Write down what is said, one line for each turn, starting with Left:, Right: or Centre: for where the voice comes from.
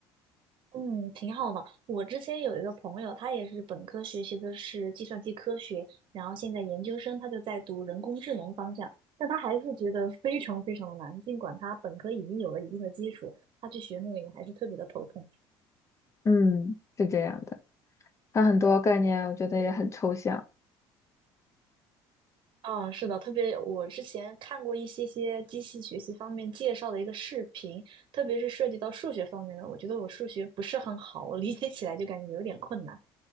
Right: 嗯，挺好的。我之前有一个朋友，他也是本科学习的是计算机科学，然后现在研究生他就在读人工智能方向，但他还是觉得非常非常的难。尽管他本科已经有了一定的基础，他去学那个也还是特别的头痛。
Left: 嗯，是这样的，它很多概念我觉得也很抽象
Right: 嗯，是的，特别我之前看过一些些机器学习方面介绍的一个视频，特别是涉及到数学方面的，我觉得我数学不是很好，我理解起来就感觉有点困难。